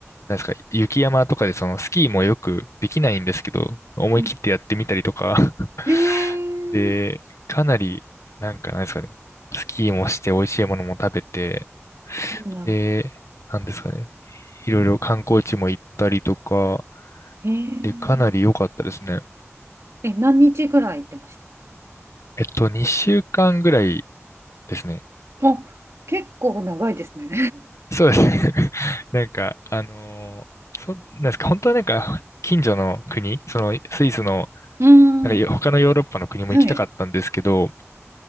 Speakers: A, on the left; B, on the right.
A: なんですか、雪山とかでそのスキーもよくできないんですけど、思い切ってやってみたりとか
B: うん
A: <laughs>
B: へ
A: で、
B: え、
A: かなり、なんかなんですかね、スキーもして美味しいものも食べて、
B: いいな。
A: で、なんですかね、いろいろ観光地も行ったりとか、
B: へえ。
A: で、かなり良かったですね。
B: え、何日ぐらい行ってました
A: えっと、2週間ぐらいですね。
B: あ、結構長いですね。
A: そうですね。<laughs> なんか、あのーそ、なんですか、本当はなんか、近所の国、そのスイスの
B: <laughs> うー
A: なんか
B: ん。
A: <laughs> 他のヨーロッパの国も行きたかったんですけど、
B: はい。